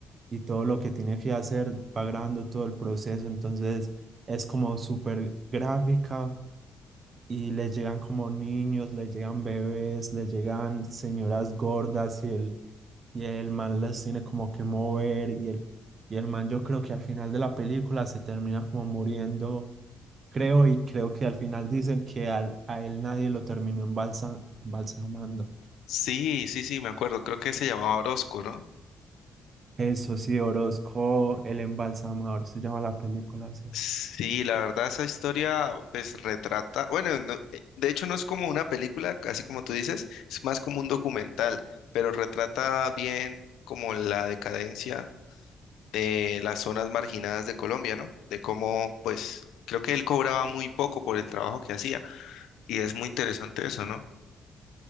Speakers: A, on the right (about 45°); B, on the left (about 85°).
A: y todo lo que tiene que hacer, va grabando todo el proceso. Entonces, es como súper gráfica. Y les llegan como niños, les llegan bebés, les llegan señoras gordas y él y el man las tiene como que mover y el, y el man yo creo que al final de la película se termina como muriendo, creo, y creo que al final dicen que al- a él nadie lo terminó embalsa- embalsamando.
B: Sí, sí, sí, me acuerdo. Creo que se llamaba Orozco, ¿no?
A: Eso sí, Orozco, el embalsamador se llama la película así.
B: Sí, la verdad, esa historia pues retrata, bueno, no- eh, de hecho no es como una película, así como tú dices, es más como un documental, pero retrata bien como la decadencia de las zonas marginadas de Colombia, ¿no? De cómo, pues, creo que él cobraba muy poco por el trabajo que hacía. Y es muy interesante eso, ¿no?